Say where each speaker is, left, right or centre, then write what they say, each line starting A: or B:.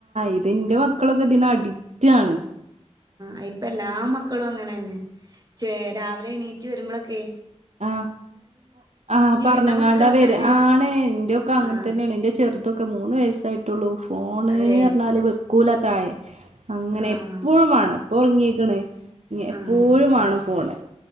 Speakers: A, on the right; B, on the right.
A: ഇതിന്റെ ക്കളൊക്കെ ഇതിന് അഡിറ്റാണ്
B: ആ ഇപ്പ എല്ലാ മക്കളും അങ്ങനെന്നെ ചേരാ രാവിലെ എണീ ചെരുമ്പളൊക്കെ
A: ആ ആ പറഞ്ങ്ങാണ്ടാ
B: വരുന്ന മക്കളൊക്കെണ്ട്
A: വെരാ ആണ് ഇന്റെക്കെ അങ്ങൻ
B: ആഹ്
A: തന്നെണ് ഇന്റെ ചെറ് തൊക്കെ മൂന്ന് വയസ്സായിട്ടോള്ളു ഫോൺ
B: അതെ
A: എഞ്ഞാൽ വ കോലതായി <unintelligible> അങ്ങനെ
B: ആഹ്
A: എപ്പോഴും വേണം ഉറങ്ങിയേക്കണേ ഇ എപ്പോഴും
B: ആഹ്
A: വേണം ഫോണ്